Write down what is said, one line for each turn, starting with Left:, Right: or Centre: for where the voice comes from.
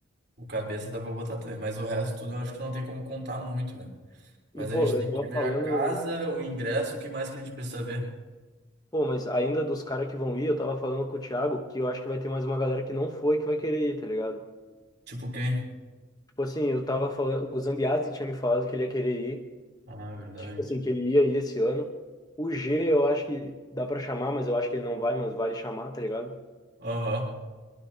Right: O cabeça dá pra botar também, mas o resto tudo eu acho que não tem como contar muito, né? Mas
Left: E, pô,
Right: a gente
Left: eu
Right: tem
Left: tava
Right: que ver
Left: falando.
Right: a casa, o ingresso, o que mais que a gente precisa ver?
Left: Pô, mas ainda dos caras que vão ir, eu tava falando com o Thiago que eu acho que vai ter mais uma galera que não foi que vai querer ir, tá ligado?
Right: Tipo quem?
Left: Tipo assim, eu tava falando, o Zambiasi tinha me falado que ele ia querer ir,
Right: Ah, é verdade.
Left: que tipo assim, que ele ia ir esse ano. O G, eu acho que dá pra chamar, mas eu acho que ele não vai, mas vale chamar, tá ligado?
Right: Aham.